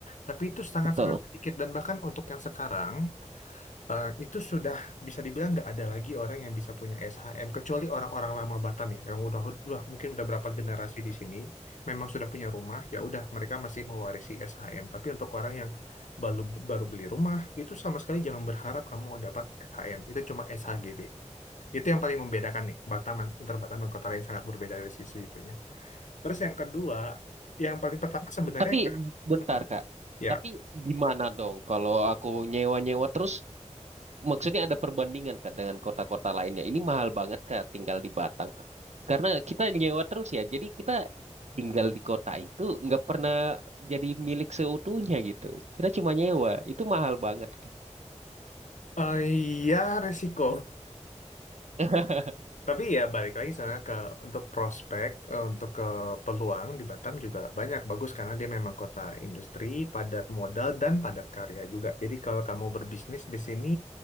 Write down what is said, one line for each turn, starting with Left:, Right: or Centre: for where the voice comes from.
Left: tapi itu sangat-sangat
Right: betul.
Left: sedikit dan bahkan untuk yang sekarang eh, itu sudah bisa dibilang nggak ada lagi orang yang bisa punya SHM kecuali orang-orang lama Batam ya yang udah udah mungkin udah berapa generasi di sini memang sudah punya rumah ya udah mereka masih mewarisi SHM tapi untuk orang yang baru baru beli rumah itu sama sekali jangan berharap kamu dapat SHM itu cuma SHGB itu yang paling membedakan nih Batam antar Batam dan kota lain sangat berbeda dari sisi itunya terus yang kedua yang paling pertama sebenarnya
Right: Tapi bentar
Left: Hmm,
Right: Kak,
Left: ya
Right: tapi gimana dong kalau aku nyewa-nyewa terus, maksudnya ada perbandingan Kak dengan kota-kota lainnya. Ini mahal banget Kak tinggal di Batang. Karena kita nyewa terus ya, jadi kita tinggal di kota itu nggak pernah jadi milik seutuhnya gitu. Kita cuma nyewa, itu mahal banget Kak.
Left: Eh, ya resiko
Right: <laughs>
Left: Tapi ya balik lagi sana ke untuk prospek, eh, untuk ke peluang di Batam juga banyak bagus karena dia memang kota industri, padat modal dan padat karya juga. Jadi kalau kamu berbisnis di sini,